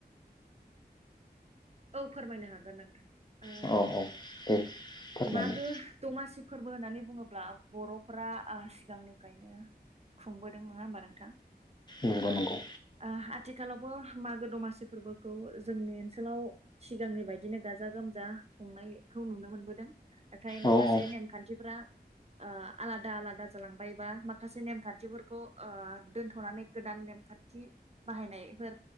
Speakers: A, on the right; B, on the left.
A: औ फोरमायनो हागोन नोंथां ओ
B: औ औ दे फोरमायनाय
A: मागो दमासि फोरबो होननानै बुङोब्ला बर'फोरा ओ सिगांनिफ्रायनो खुंबोदों नङा होमबा नोंथां?
B: नंगौ नंगौ
A: ओ आथिखालावबो मागो दमासि फोरबोखौ जोंनि ओनसोलाव सिगांनि बायदिनो गाजा गोमजा खुंनायखौ नुनो मोनबोद दों। नाथाय माखासे
B: औ औ
A: नेमखान्थिफ्रा ओ आलादा आलादा जालांबाय बा माखासे नेमखान्थिफोरखौ ओ दोनथ'नानै गोदान नेमखान्थि बाहायनायफोर